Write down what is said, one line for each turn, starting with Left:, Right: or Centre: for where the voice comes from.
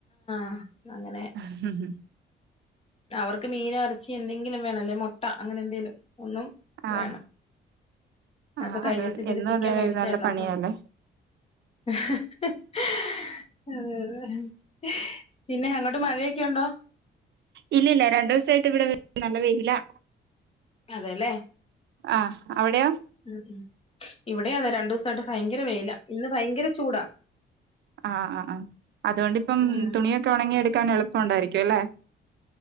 Left: ആഹ്
Right: <unintelligible>
Left: അങ്ങനെ അവർക്ക് മീന് എർച്ചി എന്തെങ്കിലും വേണം അല്ലേ മുട്ട അങ്ങനെ എന്തെലും. എന്നും വേണം
Right: ആഹ് ആഹ്
Left: അപ്പൊ കഴിഞ്ഞോ
Right: അതുകൊണ്ട്
Left: സം ച്ചിരി
Right: എന്നും
Left: ചിക്കൻ
Right: അത്
Left: മേടിച്ചായിര്ന്നു
Right: ഒരു നല്ല പണിയാല്ലേ
Left: അപ്പൊ. <unintelligible> പിന്നെ അങ്ങോട്ട്. മഴയൊക്കെ ഉണ്ടോ
Right: ഇല്ലില്ല. രണ്ടോ ദിവസായിട്ട് ഇവിടെ നല്ല വെയിലാ.
Left: അതെല്ലേ
Right: ആഹ് അവിടെയോ
Left: ഉം ഉം ഇവിട് വ്ടെ അതെ രണ്ടോയിട്ട് ഭയങ്കര വെയില ഇന്ന് ഭയങ്കര ചൂടാ.
Right: ആഹ് ആഹ് ആഹ് അതുകൊണ്ടിപ്പം
Left: ഉം
Right: തുണിയൊക്കെ ഉണങ്ങി എട്ക്കാൻ. ക്കാൻ എളുപ്പം ഉണ്ടായിരിക്യും അല്ലേ?